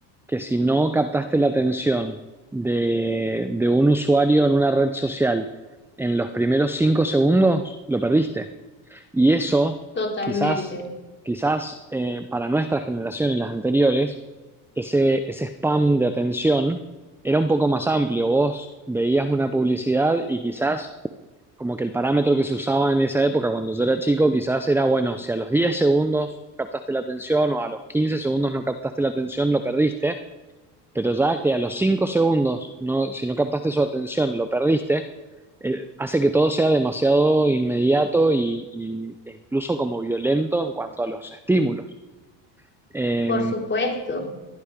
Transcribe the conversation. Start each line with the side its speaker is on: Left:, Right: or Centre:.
Centre: que si no captaste la atención de, de un usuario en una red social en los primeros cinco segundos, lo perdiste. Y eso,
Left: totalmente,
Centre: quizás, quizás eh, para nuestra generación y las anteriores, ese, ese spam de atención era un poco más amplio. Vos veías una publicidad y quizás como que el parámetro que se usaba en esa época cuando yo era chico quizás era, bueno, si a los 10 segundos captaste la atención o a los 15 segundos no captaste la atención, lo perdiste, pero ya que a los 5 segundos, no, si no captaste su atención, lo perdiste, eh, hace que todo sea demasiado inmediato y, y- e incluso como violento en cuanto a los estímulos. Eh,
Left: por supuesto.